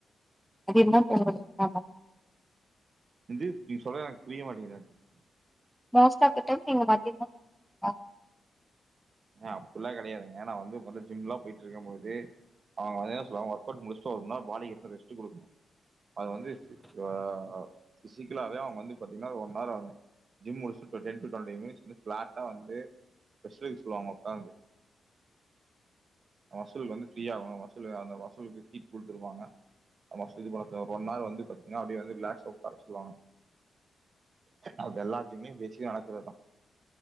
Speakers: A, in the centre; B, on the right (about 50°).
A: அது என்ன <unintelligible>
B: இந்து நீ சொல்றது எனக்கு புரிய மாட்டேங்குதுங்க
A: மோஸ்ட்டா ஆஃப் த டைம் நீங்க மதியோ தா <inaudible>
B: அ அப்படில்லா கெடையாதுங்க ஏன்னா நா வந்து இப்ப வந்து ஜிம்லா போயிட்ருக்கம் போது அவங்க வந்து என்ன சொல்லுவாங்க ஒர்க்வுட் முடிச்சுட்டு ஒரு நாள் பாடிக்கு ரெஸ்ட் குடுக்கணு அது வந்து அ ஃபிசிக்கலாவே அவங்க வந்து பாத்தீங்கனா ஒன் ஹவர் ஆகு ஜிம் முடிச்சிட்டு to ten to twelve time பிளாட்டா வந்து ஃபர்ஸ்ட் சொல்லுவாங்க ஒக்காந்து மசில் வந்து ஃப்ரீயாகணு மசிலு அந்த மசிலுக்கு ஹீட் குடுத்துருவாங்க <unintelligible> ஒன் அர் வந்து பாத்தீங்கனா அப்டி வந்து ரிலாக்ஸா உக்கார சொல்வாங்க அப்டி எல்லாத்தயுமே பேசிகா நடக்குறது தா